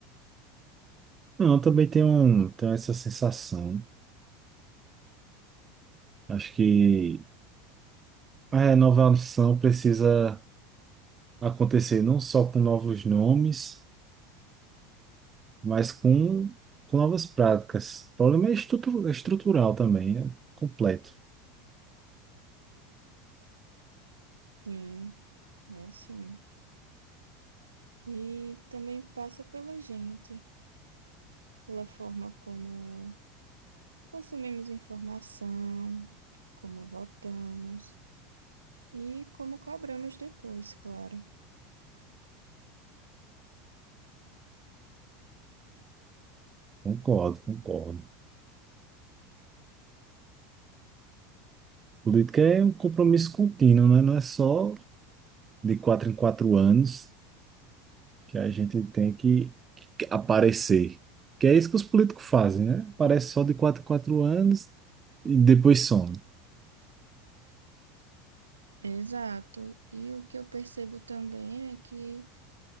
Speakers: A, on the right; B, on the right.
A: Não, eu também tenho, um- tenho essa sensação. Acho que A renovação precisa acontecer não só com novos nomes, mas com, com novas práticas. O problema é estrutu- é estrutural também, é completo.
B: Sim, é sim. E também passa pela gente, pela forma como consumimos informação, como votamos e como cobramos depois, claro.
A: Concordo, concordo. Política é um compromisso contínuo, né? Não é só de quatro em quatro anos que a gente tem que, que aparecer. Que é isso que os políticos fazem, né? Aparece só de quatro em quatro anos e depois some.
B: Exato. E o que eu percebo também é que,